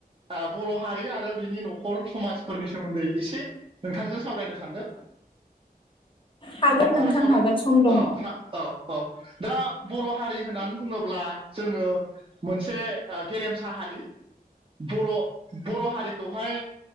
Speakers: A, on the right; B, on the left.
A: आ बर' हारि आरो बिनि न'खर समाजफोरनि सोमोन्दै एसे नोंथांजों सावरायनो सानदों।
B: हागोन नोंथां
A: आ सावराय
B: हागोन सम दङ
A: औ औ औ दा बर' हारि होननानै बुङोब्ला जोङो मोनसे आ गेरेमसा हारि। बर' बर' हारिखौहाय